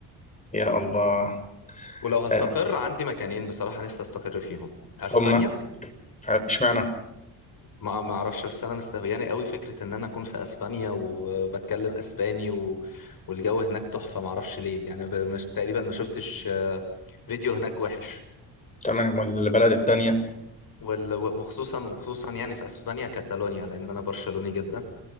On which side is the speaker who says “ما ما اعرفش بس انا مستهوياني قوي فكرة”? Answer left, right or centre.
Left